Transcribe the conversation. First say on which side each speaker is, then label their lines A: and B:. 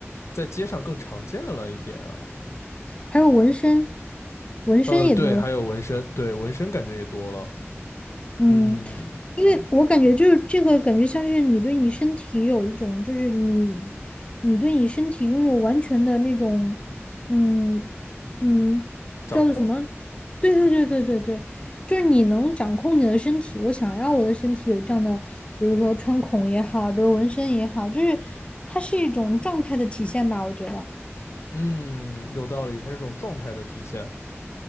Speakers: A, on the left; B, on the left.
A: 在街上更常见了一点啊。
B: 还有纹身，纹身也多了。
A: 呃，对，还有纹身，对，纹身感觉也多了。
B: 嗯，
A: 嗯，
B: 因为我感觉就是这个感觉像是你对你身体有一种，就是你你对你身体拥有完全的那种，嗯嗯，
A: 掌控，
B: 叫做什么？对对对对对对，就是你能掌控你的身体。我想要我的身体有这样的，比如说穿孔也好，比如纹身也好，就是它是一种状态的体现吧，我觉得。
A: 嗯，有道理，它是一种状态的体现。